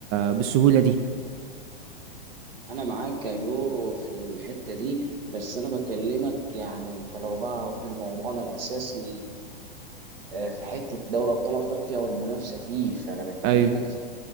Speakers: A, on the right; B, on the right.
A: بالسهولة دي
B: انا معاك يا جو في الحته دي بس انا بكلمك يعني انت لو بقى رحنا لموضوعنا الاساسي آه، في حته دوري ابطال افريقيا والمنافسه فيه فانا بكلمك
A: ايوه
B: في